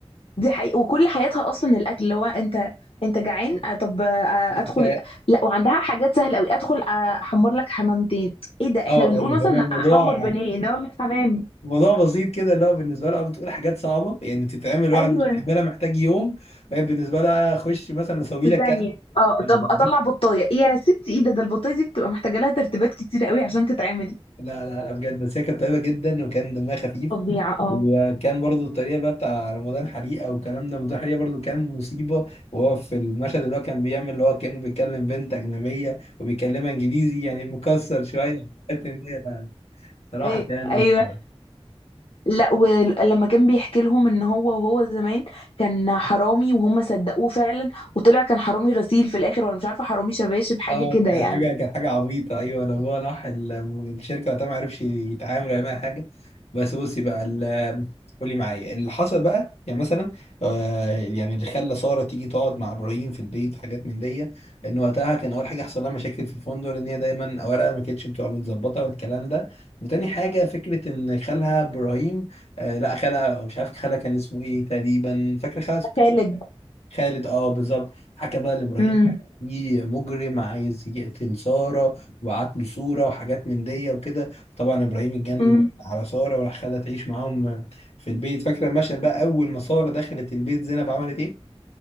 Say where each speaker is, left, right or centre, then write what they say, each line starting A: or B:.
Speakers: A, on the left; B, on the left.
A: دي حقيقة وكل حياتها اصلا الاكل اللي هو انت انت جعان آه، طب آه،
B: انت
A: ادخل لا وعندها حاجات سهله قوي ادخل آه، احمر لك حمامتين ايه ده
B: اه
A: احنا بنقول
B: اللي
A: مثلا
B: هو الموضوع
A: احمر بانيه انما مش حمام
B: الموضوع بسيط كده اللي هو بالنسبه لها بتقول حاجات صعبه يعني تتعمل واحد
A: ايوه
B: مش هيعملها محتاج يوم وهي بالنسبه لها اخش مثلا اسوي
A: وثانيه
B: لك
A: اه
B: لا
A: طب اطلع بطايه ايه يا ستي ايه ده ده البطايه دي بتبقى محتاجه لها ترتيبات كتيره قوي عشان تتعمل
B: لا لا بجد بس هي كانت طيبة جدا وكان دمها خفيف
A: فظيعه اه
B: وكان برضو الطريقة بقى بتاع رمضان حريقة والكلام ده رمضان حريقة برضو كان مصيبة وهو في المشهد اللي هو كان بيعمل اللي هو كأنه بيتكلم بنت أجنبية وبيكلمها إنجليزي يعني مكسر شوية حتى إن هي صراحة
A: أي-
B: كان
A: ايوه
B: مسخرة
A: لا ولما كان بيحكي لهم ان هو وهو زمان كان حرامي وهم صدقوه فعلا وطلع كان حرامي غسيل في الاخر ولا مش عارفه حرامي شباشب حاجه
B: اه
A: كده
B: كانت
A: يعني
B: حاجه كانت حاجه عبيطه ايوه لو هو راح ال- الشركه وقتها ما عرفش يتعامل ولا معاها حاجه بس بصي بقى ال- قولي معايا اللي حصل بقى يعني مثلا آه يعني اللي خلى ساره تيجي تقعد مع ابراهيم في البيت وحاجات من دي ان وقتها كان اول حاجه حصل لها مشاكل في الفندق ان هي دايما اوراقها ما كانتش بتبقى متظبطه والكلام ده وتاني حاجه فكره ان خالها ابراهيم آه لا خالها مش عارف خالها كان اسمه ايه تقريبا فاكر خالها
A: ده خالد
B: خالد اه بالظبط حكى بقى لابراهيم
A: امم
B: في مجرم عايز يقتل ساره وبعت له صوره وحاجات من دي وكده طبعا ابراهيم اتجنن
A: امم
B: على ساره وراح خدها تعيش معاهم في البيت فاكره المشهد بقى اول ما ساره دخلت البيت زينب عملت ايه